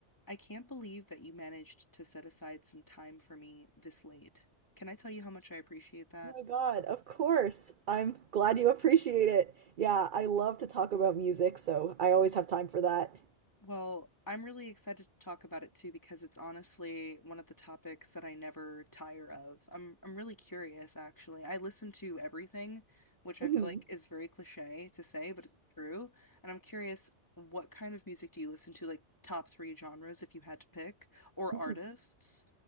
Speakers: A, on the left (about 15°); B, on the right (about 55°).
A: I can't believe that you managed to set aside some time for me this late. Can I tell you how much I appreciate that?
B: Oh my God, of course. I'm glad you appreciate it. Yeah, I love to talk about music, so I always have time for that.
A: Well, I'm really excited to talk about it too because it's honestly one of the topics that I never tire of. I'm I'm really curious actually. I listen to everything, which I
B: Mhm,
A: feel like is very cliche to say, but it's true. And I'm curious what kind of music do you listen to? Like top three genres if you had to pick or
B: mhm.
A: artists?